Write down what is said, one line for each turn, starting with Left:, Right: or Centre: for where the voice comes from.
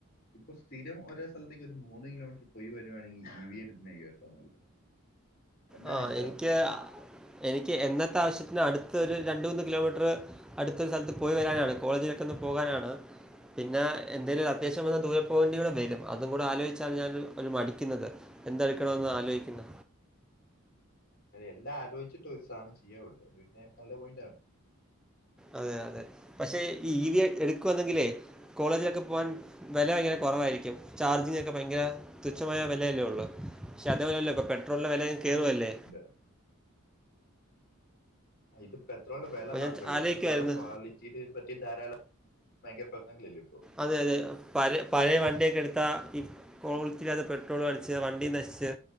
Left: ഇപ്പം സ്ഥിരം ഓരോ സ്ഥൽത്തേക്ക് ഒരു മൂന്ന് കിലോമീറ്റർ പോയി വരു വാണെങ്കിൽ ഇവിഎ ടുക്കുന്നാ ഏറ്റ വും നല്ലത് എന്നാണ്
Centre: ആ
Left: എന്റെ
Centre: എനിക്യാ
Left: അഭിപ്രായം
Centre: എനിക്ക് എന്നത്തെ ആവശ്യത്തിന അടുത്ത് ഒരു രണ്ട് മൂന്ന് കിലോമീറ്റർ അട്ത്തെ സ്ഥൽത്ത് പോയി വരാനാണ് കോളേജിലൊക്കൊന്ന് പോകാനാണ് പിന്നെ എന്തേലും അത്യാവശ്യം വന്ന ദൂരെ പോകേണ്ടി വെരും അതും കൂടെ ആലോയ്ച്ചാണ് ഞാന് മടിക്ക്ന്നത് എന്തടുക്കണമന്ന് ആലോചിക്കുന്ന
Left: എല്ലാം ആലോചിച്ചിട്ട് ഒരു സാനം ചെയ്യാൻപറ്റുള്ളൂ. അത് പിന്നെ നല്ല പോയിന്റാണ്
Centre: അതെ അതെ പക്ഷെ ഈ ഇ വി ഐ എട്ക്കുവാന്നെങ്കിലേ കോളേജിലൊക്കെ പോകാൻ വെല ഭയങ്കര കൊറവായിരിക്കും. ചാർജിങ് ഒക്കെ ഭയങ്കര തുച്ഛമായ വെലയല്ലേ ഒള്ളൂ പാേ ക്ഷെ അതേപലെയല്ല ഇപ്പോ പെട്രോളിന്റെ വെല അങ്ങ്
Left: അത്
Centre: കേറുവല്ലേ
Left: നല്ല പോയിന്റാണ്. ആഹ് ഇത് പെട്രോൾന്റെ വെല
Centre: അപ്പൊ
Left: മാത്രല്ല
Centre: ഞാൻ ആലോചിക്കുവായിരുന്നു.
Left: പെട്രോൾന്റെ ക്വാളി തി പറ്റി ധാരാളം ഭയങ്കര പ്രശ്നങ്ങളല്ലേ ഇപ്പൊ
Centre: അതെ അതെ പഴെ പഴേ വണ്ട്യൊക്കെ എട്ത്താ ഈ കോളിറ്റില്ലാതെ പെട്രോളും അടിച്ച് വണ്ടിയും നശിച്ച്